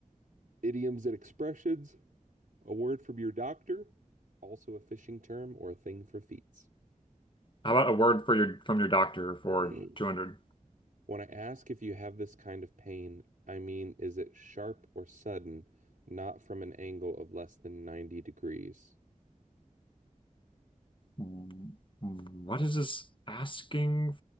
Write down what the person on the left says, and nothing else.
How about a word for your from your doctor
for 200?
Mm, What is this asking